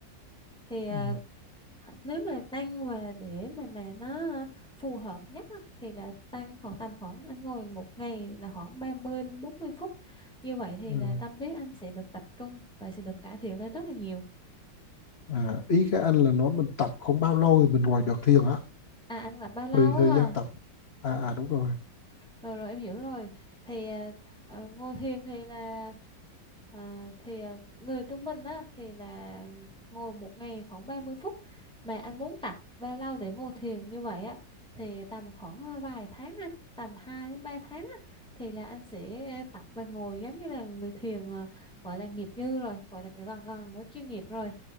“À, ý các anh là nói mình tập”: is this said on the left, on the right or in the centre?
Left